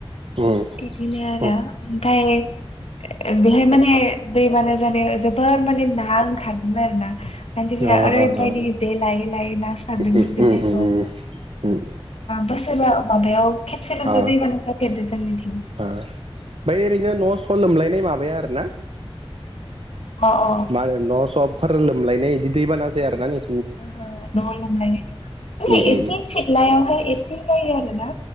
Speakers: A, on the right (about 70°); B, on the left (about 80°).
A: उम
B: बिदिनो आरो
A: उम
B: ओमफयफ्राय बेहाय माने दैबाना जानाव जोबोद माने ना ओंखारदों आरो ना मानसिफोरा
A: अ
B: ओरैबायदि
A: अ
B: जे लायै लायै ना सारदोंमोनदों
A: उम उम
B: बेयाव
A: उम <inaudible>
B: बोसोरा माबायाव खेबसेल'सो
A: ओ
B: दैबाना जाफेरदो जोंनिथिं
A: ओ बे ओरैनो न स लोमलायनाय माबा बाया आरोना।
B: अ ओहो
A: मा न सबफोर लोमलायनाय बिदि दैबाना जाया आरोना नों
B: ओहो नआव लांलायनाय नङा माने
A: ओ
B: एसे
A: ओ
B: सिथलायावहाय एसे जायो आरोना।